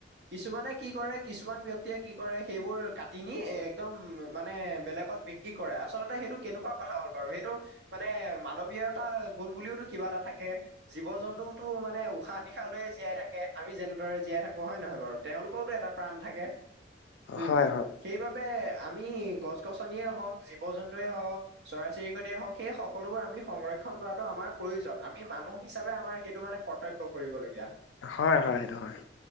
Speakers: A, on the right; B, on the left.
A: কিছুমানে কি কৰে কিছুমান ব্যক্তিয়ে কি কৰে সেইবোৰ কাট কিনি একদম মানে বেলেগত বিক্ৰী কৰে আচলতে সেইটো কেনেকুৱা কথা হ'ল বাৰু সেইটো মানে এ মানৱীয়তা গুণ বুলিওতো কিবা এটা থাকে জীৱ জন্তু <unintelligible> মানে উশাহ নিশাহ লয়ে জীয়াই থাকে আমি যেনেদৰে জীয়াই থাকো, হয় নহয় বাৰু? তেওঁলোকৰওতো এটা প্ৰাণ থাকে, উম।
B: হয়
A: সেইবাবে আমি গছ গছনিয়ে হওক, জীৱ জন্তুৱয়ে হওক, চৰাই চিৰিকটয়ে হওক সেই সকলো সকলোবোৰ আমি সংৰক্ষন কৰাটো আমাৰ প্ৰয়োজন আমি মানুহ হিচাপে আমাৰ সেইটো মানে কৰ্তব্য কৰিব লগীয়া।
B: হয় হয় সেইটো হয়।